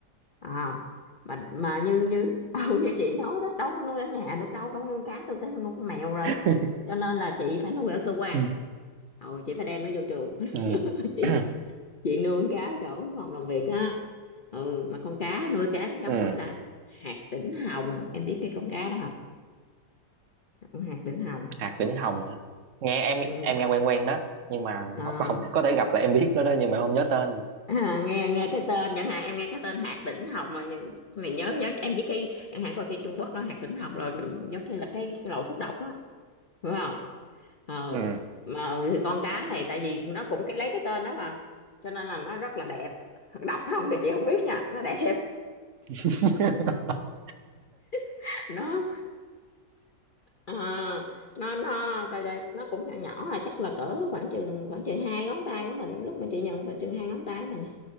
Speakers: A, on the left; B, on the right.
A: à mà mà như như <laughs> ừ, như chị nói đó đâu có nuôi ở nhà được đâu đâu có nuôi cá được tới nuôi con mèo rồi
B: <laughs>
A: cho nên là chị phải nuôi ở cơ quan
B: Ừ.
A: ừ, chị phải đem nó vô trường
B: Ừ,
A: <laughs> chị
B: <clears throat>
A: chị nuôi con cá chỗ phòng làm việc á ừ mà con cá nuôi cá cái giống
B: ừ.
A: đó là hạt đỉnh hồng em biết cái con cá đó không con hạt đỉnh hồng
B: Hạt đỉnh hồng hả? Nghe em
A: ừ
B: em nghe quen quen đó, nhưng mà
A: à,
B: không, không có thể gặp là em biết nó đó nhưng mà em không nhớ tên.
A: <laughs> à, nghe nghe cái tên chẳng hạn em nghe cái tên hạt đỉnh hồng mà mày nhớ nhớ em biết cái chẳng hạn coi phim Trung Quốc đó hạt đỉnh hồng rồi giống như là cái, cái loại thuốc độc á đúng không ờ
B: Ừ,
A: mà thì con cá này tại vì nó cũng cái lấy cái tên đó mà cho nên là nó rất là đẹp đọc không thì chị không biết nha nó đẹp
B: <laughs>
A: <laughs> nó ờ, nó nó coi coi, nó cũng nhỏ nhỏ à chắc là cỡ khoảng chừng khoảng chừng hai ngón tay của mình lúc mà chị nhận vào chừng hai ngón tay mình à.